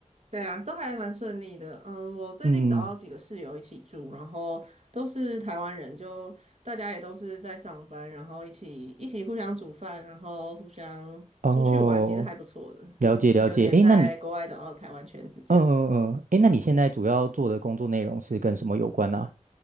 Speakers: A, on the right (about 55°); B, on the right (about 85°).
A: 对啊，都还蛮顺利的。嗯，我最近找到几个室友一起住，
B: 嗯，
A: 然后都是台湾人，就大家也都是在上班，然后一起一起互相煮饭，然后互相出去玩，
B: 哦，
A: 其实还不错的，
B: 了解了解。
A: 就有点在国外找到台湾圈子这样。
B: 诶，那你，嗯嗯嗯，诶，那你现在主要做的工作内容是跟什么有关呢啊？